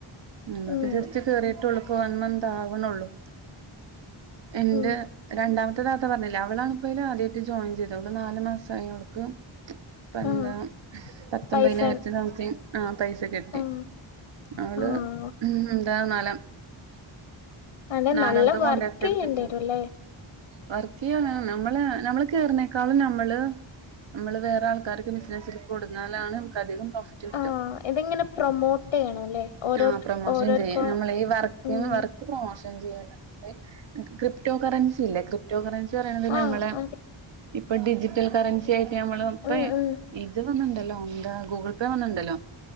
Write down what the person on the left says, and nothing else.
ഉം
ഉം
ആഹ്
പൈസ
ആഹ്
ആഹ്
അതെ
നല്ല വർക്ക്
ചെയ്യേണ്ടി
വരുംല്ലേ
ആ ഇതിങ്ങനെ പ്രൊമോട്ട് ചെയ്യണം അല്ലേ ഓരോരു
ഓരോർക്കും
ഉം
ആ
അതെ
ഉം ഉം